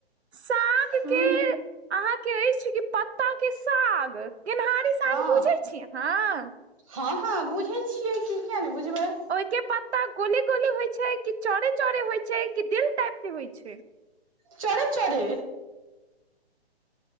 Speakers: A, on the right (about 80°); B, on the right (about 30°).
A: साग
B: हू।
A: के अहाँके ऐइछ कि पत्ता के साग। गेनहारी साग
B: हँ
A: बुझै छी अहाँ
B: हँ ह बुझै छियै कि किया नै बुझबै।
A: ओइके पत्ता गोले-गोले होइ छै कि चोरे-चोरे होइ छै कि दिल टाइप के होइ छै।
B: चोरे चोरे।